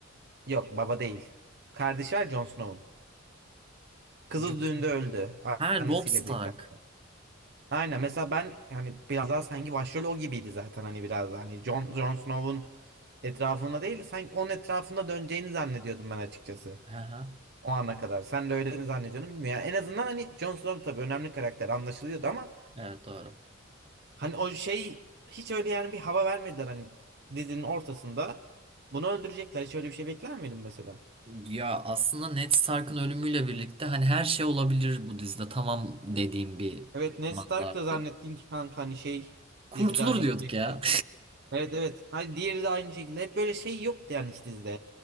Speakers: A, on the right; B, on the right.
A: Yok baba değil. Kardeşi var Jon Snow'un. Kızı
B: Jon
A: düğünde
B: Snow.
A: öldü. a-
B: Ha
A: Annesiyle
B: Robb Stark.
A: birlikte falan. Aynen mesela ben hani biraz daha sanki başrol o gibiydi zaten hani biraz daha hani Jon, Jon Snow'un etrafında değil sanki onun etrafında döneceğini zannediyordum ben açıkçası.
B: Hı hı.
A: O ana kadar. Sen de öyle mi zannediyordun bilmiyorum. Yani en azından hani Jon Snow tabii önemli karakter anlaşılıyordu ama
B: Evet doğru.
A: hani o şey hiç öyle yani bir hava vermediler hani dizinin ortasında. Bunu öldürecekler. Hiç öyle bir şey bekler miydin mesela?
B: Ya aslında Ned Stark'ın ölümüyle birlikte hani her şey olabilir bu dizide. Tamam dediğim bir
A: Evet Ned
B: zamanda
A: Stark
B: artık.
A: da zannettin ki kanka hani şey
B: Kurtulur
A: dizide hani
B: diyorduk
A: sürekli.
B: ya.
A: Evet evet. Hani diğeri de aynı şekilde. Hep böyle şey yoktu yani hiç dizide.